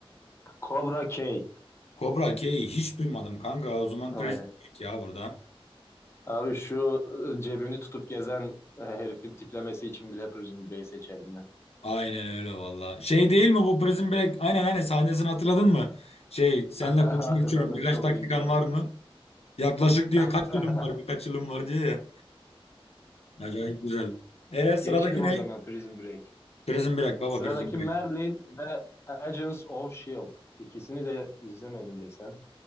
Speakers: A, on the left; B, on the left.
A: Cobra K.
B: Kobra K'yi hiç duymadım kanka. O zaman
A: Aynen.
B: Prison Break ya burada.
A: Abi şu e, cebini tutup gezen e, herifin tiplemesi için bile Prison Break'i seçerim ben.
B: Aynen öyle valla. Şey değil mi bu Prison Break? Aynen aynen sahnesini hatırladın mı? Şey seninle
A: <laughs> Hatırladım
B: konuşmak istiyorum birkaç
A: çok
B: dakikan
A: iyi çok
B: var
A: iyi.
B: mı? Yaklaşık diyor
A: <laughs>
B: kaç yılım var birkaç yılım var diyor ya. Acayip güzel. E sıradaki
A: Geçtim o
B: ne?
A: zaman Prison Break.
B: Prison Break baba
A: Sıradaki
B: Prison Break.
A: Merlin ve Agents of S.H.I.E.L.D. İkisini de izlemedim desem.